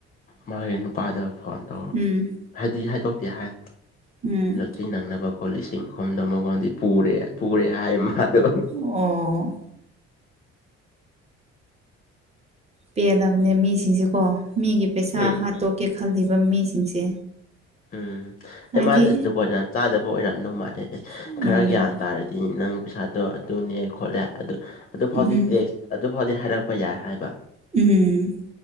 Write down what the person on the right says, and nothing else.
ꯎꯝ
ꯎꯝ
ꯑꯣ ꯄꯦꯗꯕꯅꯦ ꯃꯤꯁꯤꯡꯁꯦꯀꯣ ꯃꯤꯒꯤ ꯄꯩꯁꯥ
ꯍꯥꯠꯇꯣꯛꯀꯦ ꯈꯜꯂꯤꯕ ꯃꯤꯁꯤꯡꯁꯦ
ꯍꯥꯏꯗꯤ
ꯎꯝ
ꯎꯝ
ꯎꯝ